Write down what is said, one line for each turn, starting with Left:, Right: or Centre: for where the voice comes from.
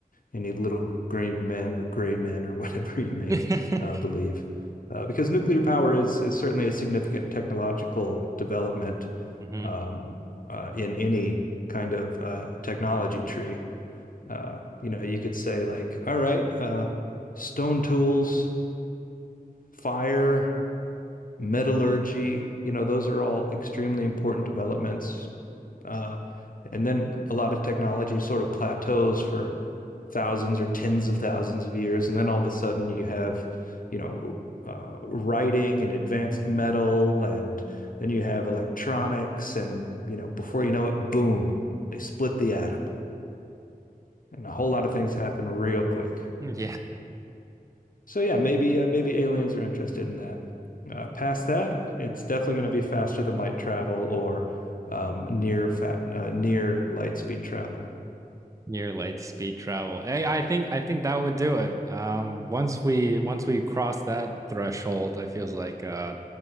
Left: any little green men or gray men or <laughs> whatever you may
Right: <laughs>
Left: uh, believe. Uh, because nuclear power is, is certainly a significant technological development
Right: hmm
Left: um, uh, in any kind of uh, technology tree. Uh, you know, you could say, like, all right, uh, stone tools, fire metallurgy. You know, those are all extremely important developments. Uh, and then a lot of technology sort of plateaus for thousands or tens of thousands of years. And then all of a sudden you have, you know, uh, writing and advanced metal, and then you have electronics. And, you know, before you know it, boom, they split the atom. And a whole lot of things happen real quick.
Right: Yeah.
Left: So yeah, maybe uh, maybe aliens are interested in that. Uh, past that, it's definitely going to be faster than light travel or um, near fa uh, near light speed travel.
Right: Near light speed travel. Hey, I think I think that would do it. Um, once we once we cross that threshold, I feels like uh,